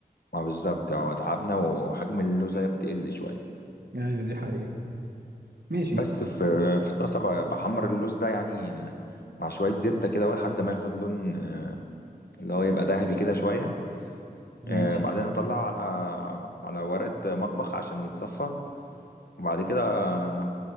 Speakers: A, on the left; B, on the right.
A: ما بالظبط هو تعبنا وحجم اللوزة بتقل شوية
B: ايوه دي حقيقه ماشي
A: بس في في طاسة ب- بحمر اللوز ده يعني آه، مع شوية زبدة كده لحد ما ياخد لون آه، اللي هو يبقى ذهبي كده شوية
B: ماشي
A: آه، بعدين اطلع على على ورقة مطبخ عشان يتصفى وبعد كده آه،